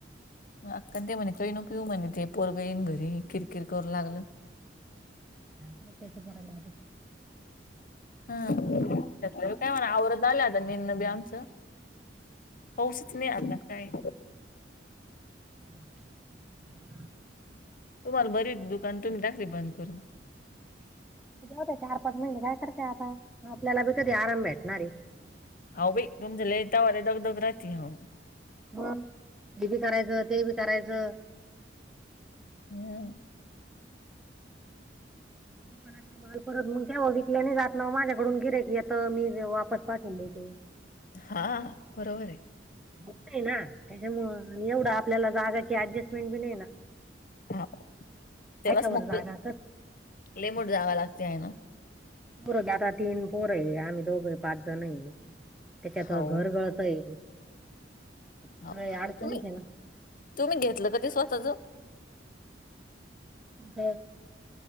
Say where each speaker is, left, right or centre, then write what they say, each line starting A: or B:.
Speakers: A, on the left; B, in the centre.
A: अक्का ते म्हणे <unintelligible> येऊ म्हणे ते पोरग येईन घरी किरकिर करू लागलं.
B: काय माहीत तस कराय लागलं
A: हा त्यात काय म्हणा आवरत आला आता मेनन बी आमचं पाऊसच नाही आग काय
B: <inaudible>
A: तुम्हाला बरी दुकान तुम्ही टाकली बंद करून
B: वत चार पाच महिने काय करतेय आता आपल्याला बी कधी आराम भेटणार हे
A: हाव बाई तुमचे लई त्यावाला दग दग राहते हाव
B: ह हे बी करायचं ते बी करायचं
A: हम्म,
B: त माल परत मग ते बघिकल्याने जात ना माझ्याकडून गिरे की आ मी वापस पाठवून बते
A: हा बरोबर आहे.
B: होत नाही ना, त्याच्यामु एवढं आपल्याला जागाची ऍडजस्टमेंट बी नाही ना.
A: हा त्यालाच
B: ऐका बरं
A: मोक
B: जागा
A: लेमड जाव लागते आहे ना,
B: पोर आता तीन पोर आहे. आम्ही दोघ पाच जण आहे. त्याच्यात
A: हो
B: घरगळत आहे. सगळे
A: हो
B: अडचणीच
A: तुम्ही
B: आहे
A: तुम्ही घेतलं कधी स्वतःच
B: बरं